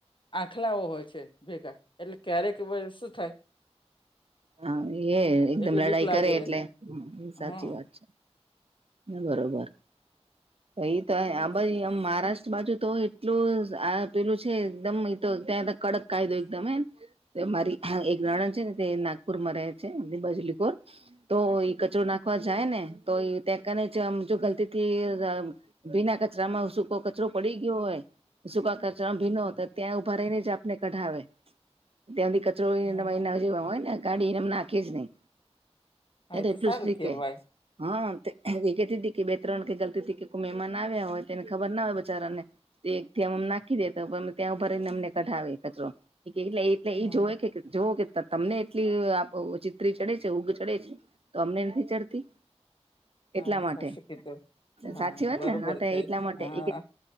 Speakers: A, on the left; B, on the right.
A: આંખલાઓ હોય છે, ભેગા એટલે ક્યારેક શું થાય.
B: હા, એ એકદમ
A: એટલે
B: લડાઈ
A: બીક લાગે
B: કરે એટલે
A: એને હા
B: સાચી વાત છે, બરોબર પ તો આ <unintelligible> મહારાષ્ટ્ર બાજુ તો એટલું આ પેલું છે, એકદમ તો ત્યાં કડક કાયદો એકદમ એમ મારી હા એક નણંદ છે, ને તે નાગપુર માં રહે છે બજલીપોર તો ઈ કચરો નાખવા જાય ને તો એ કાને જ જો ગલતી થી ભીના કચરામાં શુંકો કચરો પડી ગયો હોય, સૂકા કચામાં ભીનો
A: હા
B: ત્યાં ઉભા રહીને જ આપને કઢાવે, ત્યાં સુધી
A: હા
B: <unintelligible> ના જેવા હોય ને ગાડી એને નાખી જ નહી.
A: હા
B: ત્યા
A: એ
B: તો એટલું
A: સારું
B: સ્ટ્રીક
A: કેવાય
B: હે હા, એ કેતી હતી કે બે ત્રણ કે ગલતી ત કે કોઈ મહેમાન આવ્યા હોય, તેને ખબર ના હોય બચારા ને ત્યામ નાખી ત્યાં ઉભારીને અમને કઢાવી કચરો એટલે એટલે
A: હા
B: એ જોવે
A: હા
B: કે જોઓ કે તમને કેટલી ચિત્રી ચડે છે, ઉગ ચડે છે તો અમને નથી ચડતી. એટલા
A: હા
B: માટે
A: સાચું કીધું હા
B: સાચી વાત
A: બરોબર
B: ને હા એટલા
A: છે
B: માટે
A: હા